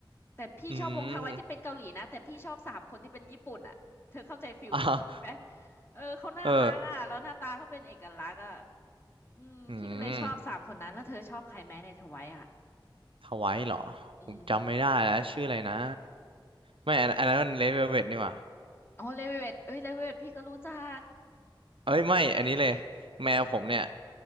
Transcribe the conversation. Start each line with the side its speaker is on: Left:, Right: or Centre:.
Left: แต่พี่ชอบวงทไวท์ที่เป็นเกาหลีนะแต่พี่ชอบสามคนที่เป็นญี่ปุ่นอ่ะเธอเข้าใจฟิลพี่ไหม
Right: อืม <laughs> อ่ะ
Left: เออเขาน่ารักอ่ะแล้วหน้าตาเขาเป็นเอกลักษณ์อ่ะ
Right: เออ
Left: อืมพี่ก็เลยชอบสามคนนั้นแล้วเธอชอบใครไหมในทไวท์อ่ะ
Right: อืมทวายเหรอผมจำไม่ได้แล้วชื่ออะไรนะ
Left: อืม
Right: ไม่อันอันนั้นมันเลเวลเวทนี่หว่า
Left: อ๋อเลเวตเอ้ยเลเวตพี่ก็รู้จัก
Right: เอ้ยไม่อันนี้เลยแมวผมเนี่ย